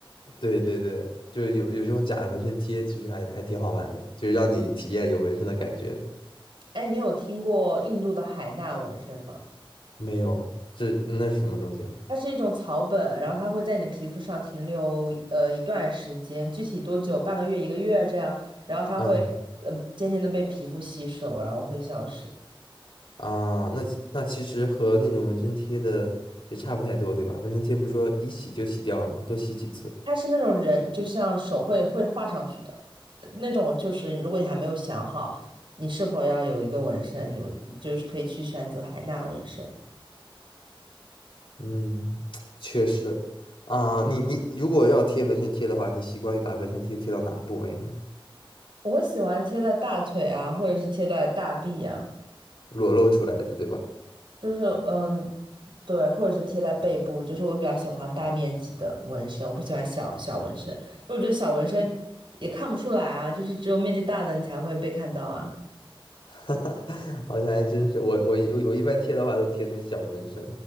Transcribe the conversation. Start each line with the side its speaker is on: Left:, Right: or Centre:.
Left: 对对对，就是有有这种假的纹身贴，其实还还挺好玩的，就是让你体验有纹身的感觉。
Right: <laughs> 哎，你有听过印度的海纳纹身吗？
Left: 没有，这那是什么东西啊？
Right: 它是一种草本，然后它会在你的皮肤上停留呃一段时间，具体多久？半个月、一个月这样，然后它会嗯、
Left: 嗯
Right: 呃渐渐的被皮肤吸收，然后会消失。
Left: 啊，那其那其实和那种纹身贴的也差不太多，对吧？纹身贴不是说一洗就洗掉了吗？多洗几次。
Right: 它是那种人，就像手绘会画上去的那种，就是如果你还没有想好你是否要有一个纹身，有就是可以去选择海纳纹身。
Left: 嗯，确实啊，你你如果要贴纹身贴的话，你习惯于把纹身贴贴到哪部位呢？
Right: 我会喜欢贴在大腿啊，或者是贴在大臂啊。
Left: 裸露出来的，对吧？
Right: 就是嗯，对，或者是贴在背部，就是我比较喜欢大面积的纹身，我不喜欢小小纹身，因为我觉得小纹身也看不出来啊，就是只有面积大的你才会被看到啊。
Left: <laughs> 好像还真是，我我我我一般贴的话都贴那种小纹身，